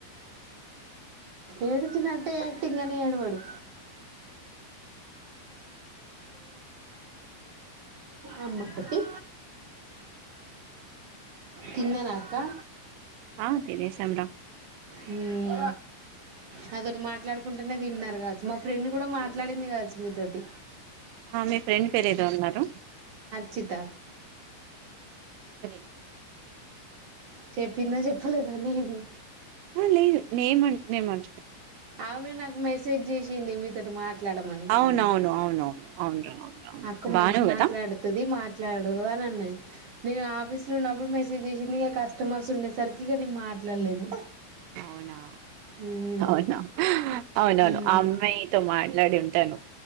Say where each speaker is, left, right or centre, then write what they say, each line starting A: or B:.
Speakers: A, on the right; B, on the right.
A: ఏడిచినట్టే యాక్టింగ్ గనే ఏడువాడు అమ్మ కుట్టి తిన్నరా అక్కా
B: ఆ తినేశం రా
A: ఉమ్ నాతోటి మాట్లాడుకుంటా తిన్నారు కావచ్చు మా ఫ్రెండ్ కూడా మాట్లాడింది కావచ్చు మీతోటి
B: ఆ మీ ఫ్రెండ్ పేరు ఏదో అన్నారు
A: చిత
B: తెలీదు
A: చెప్పిందా చెప్పలేద నేము
B: అ లేదు నేం అంటే నెన్ మ
A: ఆమె నాకు మెసేజ్ చేసింది మీతోటి మా మాట్లామని
B: అవునవును అవునవును అవునురా అవునవును
A: అక్క
B: భాను
A: మంచి
B: కదా
A: మాట్లాడుతది మాట్ల ట్లాడు అని అన్నది నేను ఆఫీస్ లో ఉన్నప్పుడు మే సేజ్ చేసింది ఇక కస్టమర్స్ ఉండేసరికి ఇక నేను మాట్లాడలేదు
B: అవునా
A: ఉమ్
B: అవునా అవునవును
A: ఉమ్
B: ఆ అమ్మాయితో మాట్లాడి ఉంటాను